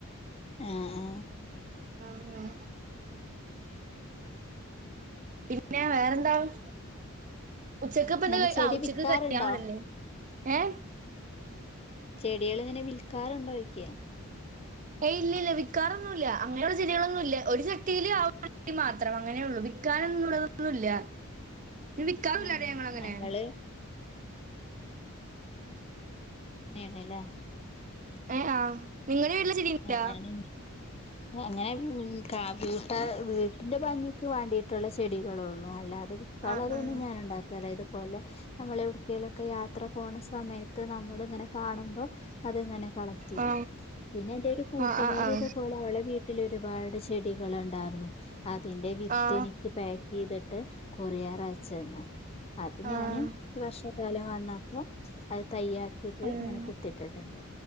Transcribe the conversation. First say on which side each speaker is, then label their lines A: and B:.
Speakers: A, on the left (about 25°); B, on the right (about 35°).
A: അ ആ
B: ആന്നെ പിന്നെ വേറെന്താണ് ഉച്ചക്ക്പ്പ
A: ഇങ്ങനെ
B: ന്താ കഴി
A: ചെടി
B: ആ ഉച്ചക്ക്
A: വിക്കാറുണ്ടോ
B: ക്രട്ടിയാവ്ണല്ലേ ഏ
A: ചെടികള് ഇങ്ങനെ വിൽക്കാറുണ്ടോയ്ക്ക
B: ഏയ് ഇല്ല ഇല്ല വിക്കാറൊന്നുല്ല അങ്ങനെയുള്ള ചെടികളൊന്നും ഇല്ല ഒരു ചട്ടിയില് ആവി മാത്രം അങ്ങനെള്ളു വിക്കാനൊന്നുള്ളതൊന്നുല്ല രു വിക്കാറൂഇല്ല
A: ആഹ്
B: ഞങ്ങളങ്ങനെ
A: നമ്മള് അങ്ങനെ യേണല്ലേ
B: എ ആഹ് നിങ്ങളെ വീട്ടിലെ ചെടി വിറ്റ
A: ഞാനിനി അങ്ങനെ <unintelligible> വീട്ടിന്റെ ഭംഗിക്ക് വേണ്ടിയിട്ടുള്ള ചെടികളൊള്ളൂ അല്ലാത് ത് വിക്കാളതൊന്നും
B: ആ ആ
A: ഞാനുണ്ടാക്കാറില്ല അത് പോലെ ഹ് നമ്മളെവ്ട്ക്കേയിലൊക്കെ യാത്ര പോണ സമയ ത്ത് നമ്മള് ഇങ്ങനെ കാണുമ്പോ ഹ് അത് ത്ങ്ങനെ കളക്റ്റിയ്യും
B: ആ
A: പിന്നെ ന്റൊരു കൂട്ടുകാരിതുപോലെ
B: ആ ആ ആ
A: അവളെ വീട്ടിലൊരുപാട് ചെ ചെടികളുണ്ടാര്ന്നു അതിന്റെ വിത്തെനിക്ക്
B: ആ
A: പേ ഇതിട്ട് കൊറിയാറച്ചന്ന് അത്
B: ആ
A: ഞാന് ഒരു വർഷകാലം വന്ന പ്പൊ അത്‌ തൈയാക്കിട്ട്
B: ആ ആ
A: ഇങ്ങനെ കുത്തിട്ടട്ടണ്ട്